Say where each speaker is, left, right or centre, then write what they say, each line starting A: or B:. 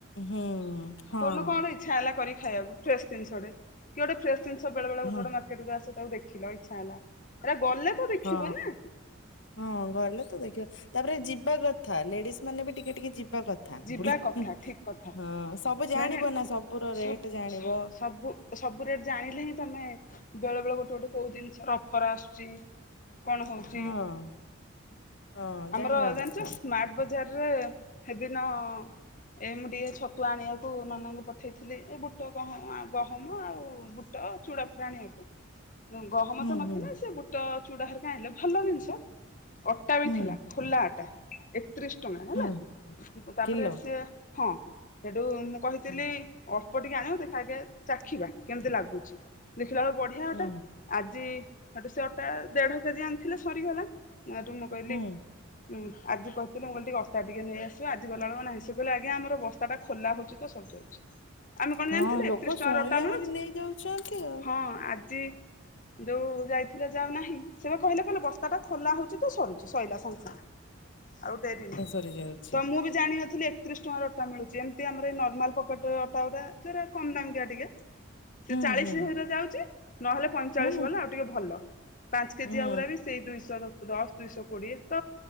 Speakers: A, on the left (about 65°); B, on the left (about 40°).
A: ହୁଁ-ଉଁ- ହଁ।
B: କୋଉଦିନ କଣ ଇଚ୍ଛା ହେଲା କରି ଖାଇବାକୁ ଫ୍ରେଶ୍ ଜିନିଷ ଟେ କିଏ ଗୋଟେ ଫ୍ରେଶ ଜିନିଷ ବେଳେ ଗୋଟେ ଗୋଟେ
A: ହଁ
B: ମା ମାର୍କେଟ କୁ ଆସ ତାକୁ ଦେଖିଲ ଇଚ୍ଛା ହେଲା ଏ ଗଲେ ତ ଦେଖିବ
A: ହଁ।
B: ନା
A: ହଁ ଗଲେ ତ ଦେଖିବା ତାପରେ ଯିବା କଥା ଲେଡିସ୍ ମାନେ ବି ଟିକେ ଟିକେ ଯିବା କ <unintelligible>
B: ଯିବା କଥା ଠିକ କଥା
A: ହଁ ସବୁ ଜାଣିବ
B: ନାଇଁ ନାଇଁ
A: ନା ସବୁର
B: ସବ
A: ରେଟ୍ ଜାଣିବ।
B: ସ ସବୁ ସବୁ ରେଟ୍ ଜାଣିଲେ ହିଁ ତମେ ବେଳେ ବେଳେ ଗୋଟେ ଗୋଟେ କୋଉ ଜିନିଷର ଅଫର୍ ଆସୁଛି। କଣ ହୋଉଛି,
A: ହଁ ହଁ ଜାଣିବା
B: ଆମର
A: କଥା
B: ଜାଣିଛ ସ୍ମାର୍ଟ ବଜାରରେ <unintelligible> ଏ ମୁଁ ଟିକେ ଛତୁ ଆଣିବାକୁ ନନାଙ୍କୁ ପଠେଇଥିଲି, ଏ ବୁଟ ଗହମ ଆ ଗହମ ଆଉ ବୁ ବୁଟ ଚୁଡ଼ା ଫୁଡ଼ା ଆଣିବାକୁ। ଗହମ
A: ହୁଁ
B: ତ ନଥିଲା
A: ହୁଁ
B: ସେ ବୁଟ ଚୁଡ଼ା ହେରିକା ଆଣିଲେ ଭଲ ଜିନିଷ, ଅଟା ବି
A: ହୁଁ
B: ଥିଲା। ଖୋଲା ଅଟା ଏକତିରିଶି ଟଙ୍କା ହେଲା
A: ହଁ
B: ତାପରେ
A: କିଲୋ
B: ସିଏ ହଁ ସେଠୁ ମୁଁ କହିଥିଲି
A: ହୁଁ
B: ଅଳ୍ପ ଟିକେ ଆଣିବୁ ଦେଖା ଆଗେ ଚାଖିବା କେମିତି ଲାଗୁଛି, ଦେଖିଲା ବେଳକୁ ବଢିଆ
A: ହୁଁ
B: ଅଟା। ଆଜି ହେଟୁ ସେ ଅଟା ଦେଢକେଜି ଆଣିଥିଲେ ସରିଗଲା ସେଠୁ ମୁଁ କହିଲି
A: ହୁଁ
B: ହୁଁ ଆଜି କହୁଥିଲି ମୁଁ କହିଲି ଟିକେ ଅଟା ଟିକେ ନେଇଆସ ଆଜି ଗଲାବେଳକୁ ନାହିଁ ସେ କହିଲେ ଆଜ୍ଞ ଆମର ବସ୍ତାଟା ଖୋଲା ହଉଛି ତ ସରିଯାଉଛି। ଆମେ କଣ
A: ହଁ
B: ଜାଣିଥିଲେ
A: ଲୋକ
B: ଏକତିରିଶି ଟଙ୍କାର
A: ଶୁଣିଲା
B: ଅଟା ମିଳୁଛି,
A: ମାନେ ନେଇଯାଉଛନ୍ତି ଆଉ
B: ହଁ ଆଜି ଯୋଉ ଯାଇଥିଲେ ଯାଉ ନାହିଁ ସେ ବା କହିଲେ କହିଲେ ବସ୍ତା ଟା ଖୋଲା ହୋଉଛି ତୁ ସରୁଚି ସଇଲା ସାଙ୍ଗ୍ ସାଙ୍ଗ୍, ଆଉ ଡେରି ନା
A: <unintelligible>
B: ତ ମୁଁ ବି ଜାଣିିନଥିଲି ଏକତିରିଶି ଟଙ୍କାର ଅଟା ମିଳୁଛି ଏମତି ଆମ ଏଇ ନର୍ମାଲ ପକେଟେ ଅଟା ଗୋଟା ଯୋଉରା କମ୍ ଦାମକିଆ ଟିକେ, ସେ
A: ହୁଁ
B: ଚାଳିଶି
A: ହୁଁ
B: ରେ ଯାଉଛି, ନହେଲେ ପଇଁଚାଳିଶ
A: ହୁଁ
B: ବାଲା ଆଉ ଟିକେ ଭଲ, ପାଞ୍ଚକେଜିଆ
A: ହୁଁ
B: ଗୁରା ବି ସେଇ ଦୁଇଶହ ଦଶ ଦୁଇଶହ କୋଡିଏ ତ